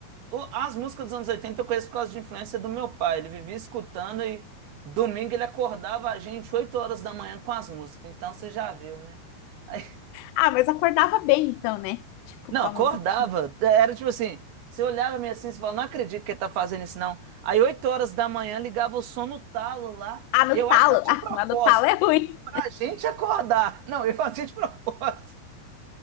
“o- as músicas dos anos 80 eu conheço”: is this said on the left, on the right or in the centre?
Right